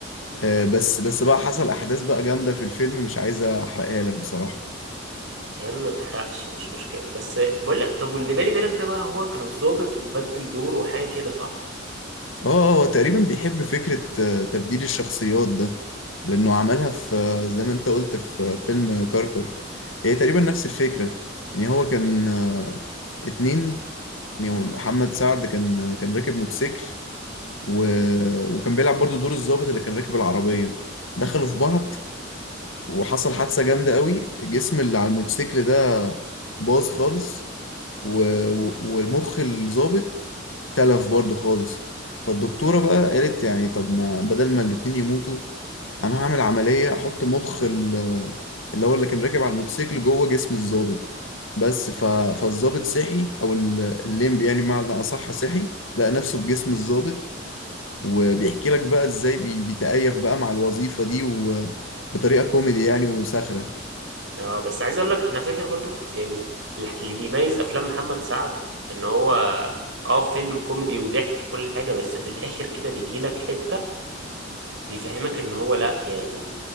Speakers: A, on the left; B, on the right.
A: آه، بس بس بقى حصل احداث بقى جامده في الفيلم مش عايز احرقها لك بصراحه
B: يا عم ما تحرقش مش مشكلة بس بقول لك طب واللي بالي بالك ده بقى هو كان الضابط وبدل دوره وحاجة كده صح؟
A: اه آه، هو تقريبا بيحب فكره آه، تبديل الشخصيات ده لانه عملها في آه، زي ما انت قلت في آه، فيلم كركر هي تقريبا نفس الفكره يعني هو كان آه، اتنين يعني هو محمد سعد كان آه، كان راكب موتوسيكل و... وكان بيلعب برضو دور الضابط اللي كان راكب العربيه دخلوا في بعض وحصل حادثة جامدة قوي الجسم اللي على الموتوسيكل ده باظ خالص و... و... والمخ الظابط تلف برضه خالص فالدكتورة بقى قالت يعني طب ما بدل ما الاتنين يموتوا انا هعمل عملية احط مخ ال... اللي هو اللي كان راكب على الموتوسيكل جوه جسم الظابط بس ف... فالظابط صحي او ال- الليمبي يعني بمعنى اصح صحي لقى نفسه في جسم الظابط وبيحكي لك بقى ازاي بي- بيتكيف بقى مع الوظيفة دي وبطريقة كوميدي يعني وساخرة
B: اه بس عايز اقول لك انا فاكر برضو في يعني الح- اللي بيميز افلام محمد سعد ان هو اه فيلم كوميدي وضحك وكل حاجة بس في الاخر كده بيجي لك حتة بيفهمك ان هو لا يعني